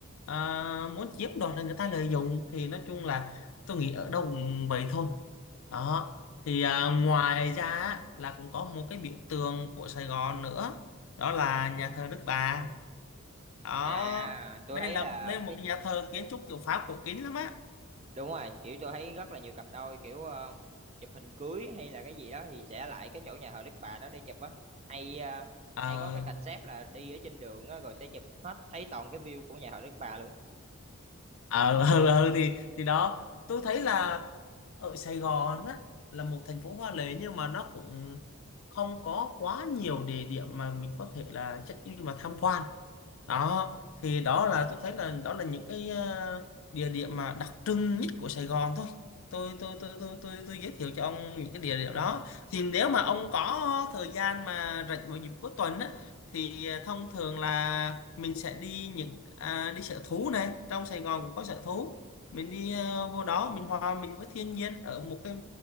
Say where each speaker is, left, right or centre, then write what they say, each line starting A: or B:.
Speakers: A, on the left; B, on the right.
A: à, muốn chiếm đoạt là người ta lợi dụng thì nói chung là tôi nghĩ ở đâu cũng vậy thôi đó thì à, ngoài ra á, là cũng có một cái biểu tượng của Sài Gòn nữa đó là nhà thờ Đức Bà đó
B: À, tôi
A: đây
B: thấy
A: là
B: là
A: đây là một
B: cái
A: nhà thờ kiến trúc kiểu Pháp cổ kính lắm á
B: đúng rồi kiểu tôi thấy rất là nhiều cặp đôi kiểu ờ, chụp hình cưới hay là cái gì đó thì sẽ lại cái chỗ nhà thờ Đức Bà đó để chụp á hay ờ,
A: Ờ,
B: hay có cái concept là đi ở trên đường á rồi sẽ chụp hết thấy toàn cái view của nhà thờ Đức Bà luôn
A: ờ ừ, ừ, ừ, thì thì đó tôi thấy là ở Sài Gòn á là một thành phố hoa lệ nhưng mà nó cũng không có quá nhiều địa điểm mà mình có thể là check in và tham quan đó thì đó là tôi thấy là đó là những cái ờ, địa điểm mà đặc trưng nhất của Sài Gòn thôi tôi tôi tôi tôi tôi tôi giới thiệu cho ông những cái địa điểm đó thì nếu mà ông có thời gian mà rảnh vào dịp cuối tuần á thì ờ, thông thường là mình sẽ đi những à, đi sở thú này trong Sài Gòn cũng có sở thú mình đi ờ, vô đó mình hòa mình với thiên nhiên ở một cái